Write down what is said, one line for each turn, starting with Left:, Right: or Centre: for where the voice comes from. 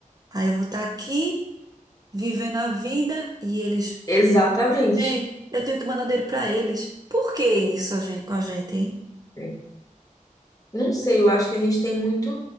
Right: Aí eu vou estar aqui vivendo a vida e eles
Left: exatamente.
Right: Ei, eu tenho que mandar dinheiro pra eles. Por que isso a gente, com a gente, hein?
Left: É. Não sei, eu acho que a gente tem muito